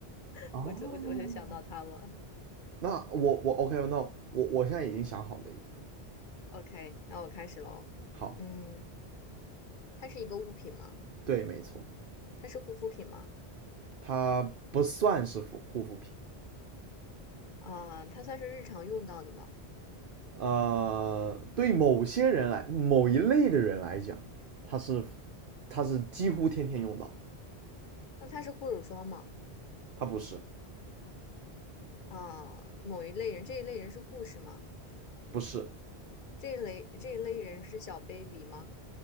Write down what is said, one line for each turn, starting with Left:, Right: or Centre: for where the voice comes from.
Left: <laughs>
Right: 哦。
Left: 我就我就我就想到它了。
Right: 那我我 OK，那我我现在已经想好了一个，
Left: OK，那我开始喽。
Right: 好，
Left: 嗯，它是一个物品吗？
Right: 对，没错，
Left: 它是护肤品吗？
Right: 它不算是护护肤品，
Left: 啊、它算是日常用到的吗？
Right: 呃，对某些人来，某一类的人来讲，它是它是几乎天天用到，
Left: 那它是护手霜吗？
Right: 它不是，
Left: 啊、某一类人，这一类人是护士吗？
Right: 不是，
Left: 这一类这一类人是小 baby 吗？